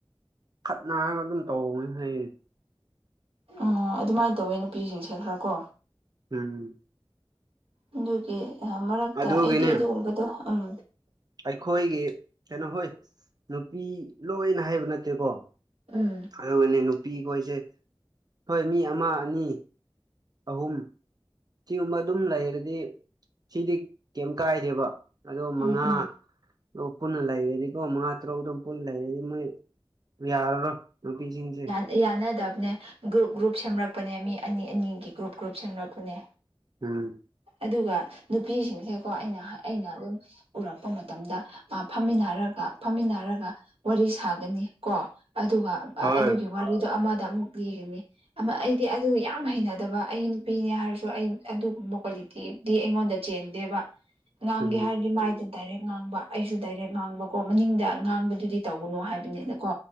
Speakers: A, on the right (about 45°); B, on the right (about 85°).
A: ꯈꯠꯅꯔꯒ ꯑꯗꯨꯝ ꯇꯧꯕꯅ ꯍꯥꯏꯩꯌꯦ
B: ꯑ ꯑꯗꯨꯃꯥꯏ ꯇꯧꯋꯦ ꯅꯨꯄꯤꯁꯤꯡꯁꯦ ꯈꯔ ꯀꯣ
A: ꯎꯝꯝ
B: ꯑꯗꯨꯒꯤ ꯑꯍ ꯃꯔꯛꯇ
A: ꯑꯗꯨꯒꯤꯅꯦ
B: ꯑꯩꯗꯤ ꯑꯗꯨꯒꯨꯝꯕꯗꯣ ꯎꯝ
A: ꯑꯩꯈꯣꯏꯒꯤ ꯀꯩꯅꯣ ꯍꯣꯏ ꯅꯨꯄꯤ ꯂꯣꯏꯅ ꯍꯥꯏꯕ ꯅꯠꯇꯦꯀꯣ
B: ꯎꯝ
A: ꯑꯗꯨꯒꯅꯦ ꯅꯨꯄꯤꯈꯣꯏꯁꯦ ꯍꯣꯏ ꯃꯤ ꯑꯃꯥ ꯑꯅꯤ ꯑꯍꯨꯝ ꯁꯤꯒꯨꯝꯕ ꯑꯗꯨꯝ ꯂꯩꯔꯗꯤ ꯁꯤꯗꯤ ꯀꯩꯝ ꯀꯥꯏꯗꯦꯕ ꯑꯗꯣ ꯃꯉꯥ
B: ꯎꯝ ꯎꯝ
A: ꯑꯣ ꯄꯨꯟꯅ ꯂꯩꯔꯗꯤꯀꯣ ꯃꯉꯥ ꯇꯔꯨꯛ ꯑꯗꯨꯝ ꯄꯨꯟꯅ ꯂꯩꯔꯗꯤ ꯃꯣꯏ ꯌꯥꯔꯔꯣꯏ ꯅꯨꯄꯤꯁꯤꯡꯁꯦ
B: ꯑꯦ ꯌꯥꯅꯗꯕꯅꯦ ꯒ꯭ꯔꯨꯞ ꯒ꯭ꯔꯨꯞ ꯁꯦꯝꯂꯛꯄꯅꯦ ꯃꯤ ꯑꯅꯤ ꯑꯅꯤꯒꯤ ꯒ꯭ꯔꯨꯞ ꯒ꯭ꯔꯨꯞ ꯁꯦꯝꯂꯛꯄꯅꯦ
A: ꯎꯝ
B: ꯑꯗꯨꯒ ꯅꯨꯄꯤꯁꯤꯡꯁꯦꯀꯣ ꯑꯩꯅ ꯑꯩꯅ ꯑꯗꯨꯝ ꯎꯔꯛꯄ ꯃꯇꯝꯗ ꯃꯥ ꯐꯝꯃꯤꯟꯅꯔꯒ ꯐꯝꯃꯤꯟꯅꯔꯒ ꯋꯥꯔꯤ ꯁꯥꯒꯅꯤ ꯀꯣ ꯑꯗꯨꯒ
A: ꯍꯣꯏ
B: ꯑꯗꯨꯒꯤ ꯋꯥꯔꯤꯗꯣ ꯑꯃꯗ ꯑꯃꯨꯛ ꯂꯤꯒꯅꯤ ꯑꯩꯗꯤ ꯑꯗꯨ ꯌꯥꯝ ꯍꯩꯅꯗꯕ ꯑꯩ ꯅꯨꯄꯤꯅꯦ ꯍꯥꯏꯔꯁꯨ ꯑꯩ ꯑꯗꯨꯒꯨꯝꯕ ꯀ꯭ꯋꯥꯂꯤꯇꯤ ꯗꯤ ꯑꯩꯉꯣꯟꯗ ꯆꯦꯟꯗꯦꯕ ꯉꯥꯡꯒꯦ
A: ꯎꯝ
B: ꯍꯥꯏꯔꯗꯤ ꯃꯥꯏꯗ ꯗꯥꯏꯔꯦꯛ ꯉꯥꯡꯕ ꯑꯩꯁꯨ ꯗꯥꯏꯔꯦꯛ ꯉꯥꯡꯕꯀꯣ ꯃꯅꯤꯡꯗ ꯉꯥꯡꯕꯗꯨꯗꯤ ꯇꯧꯕꯅꯣ ꯍꯥꯏꯕꯅꯤꯅꯀꯣ